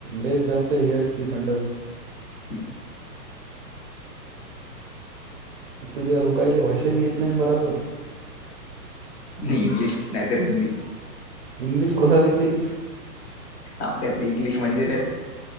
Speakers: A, on the right; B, on the left.
A: लेइ जास्त हे असती, थंड
B: ह.
A: तू त्या रोकायल्या भाषा बी येत नाही बराबर
B: तिकडे इंग्लिश नाही तर हिंदी.
A: इंग्लिश कोणाला येते
B: आपल्यातली इंग्लिश म्हणजि लई